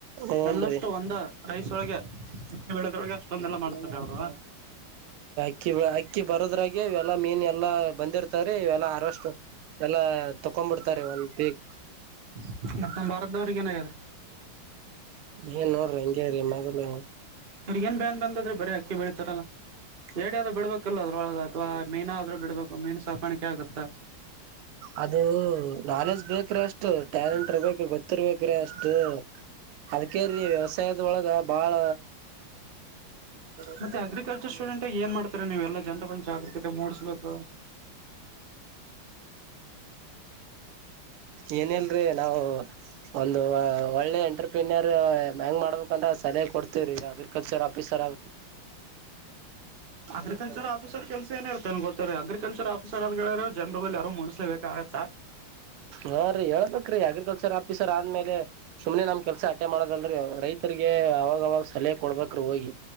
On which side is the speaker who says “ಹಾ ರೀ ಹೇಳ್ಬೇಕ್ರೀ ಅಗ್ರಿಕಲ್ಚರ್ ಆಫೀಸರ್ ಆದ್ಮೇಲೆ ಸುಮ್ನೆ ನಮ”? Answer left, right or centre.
Right